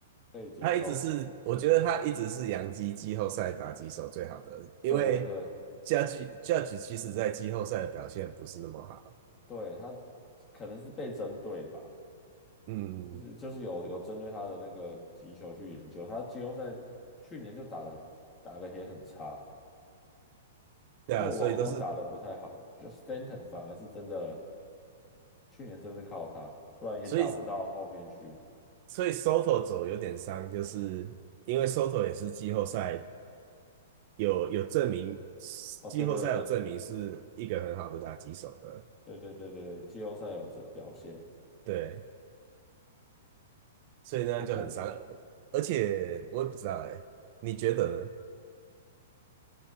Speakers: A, on the left; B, on the right.
A: 可以接受。
B: 他一直是，我觉得他一直是洋基季后赛打击手最好的，因为
A: 对对对
B: Judge Judge 其实在季后赛的表现不是那么好，
A: 对，他可能是被针对吧，
B: 嗯，
A: 就是就是有有针对他的那个击球去研究，他季后赛去年就打得很打得也很差，
B: 对啊，
A: 过往都打得不太好，
B: 所以都是。
A: 就 Stanton 反而是真的去年真是靠他，不然也打不到后面去。
B: 所以所以 Soto 走有点伤，就是因为 Soto 也是季后赛有有证明，
A: 哦，
B: 季后赛有证明是一个很好的打击手的，
A: 对对有，对对对对，季后赛有这表现，
B: 对，所以那样就很伤。
A: 不过
B: 而且我也不知道哎，你觉得呢？